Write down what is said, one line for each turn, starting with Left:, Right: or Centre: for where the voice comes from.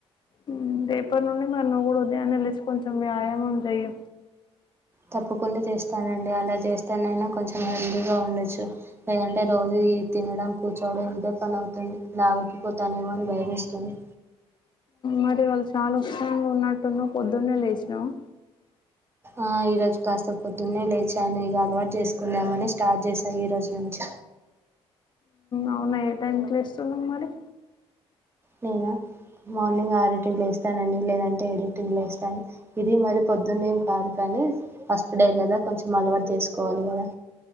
Left: ఉమ్ రేపటి నుండి మరి నువ్వు కూడా ఉదయాన్నే లేసి కొంచెం వ్యాయామం చెయ్యి
Right: తప్పకుండా చేస్తానండి అలా చేస్తానైనా కొంచెం హెల్తీగా ఉండొచ్చు లేదంటే రోజు ఇ తినడం కూర్చోవడం ఇదే పని అవుతుంది లావేకిపోతానేమో అని భయం వేస్తుంది
Left: మరి ఇవాళ్ళు చాలా ఉత్సాహంగా ఉన్నట్టున్నావ్ పొద్దున్నే లేచినావా
Right: ఆ ఈ రోజూ కాస్త పొద్దున్నే లేచాను ఇక అలవాటు చేసుకుందామని స్టార్ట్ చేశా ఈ రోజు నుంచి
Left: అవునా ఏ టైం కి లేస్తున్నావ్ మరి
Right: నేనా మార్నింగ్ ఆరు ఇంటికి లేస్తానండి లేదంటే ఏడు ఇంటికి లేస్తాను ఇది మరి పొద్దున్నేం కాదు కానీ ఫస్ట్ డే కదా కొంచెం అలవాటు చేసుకోవాలి కదా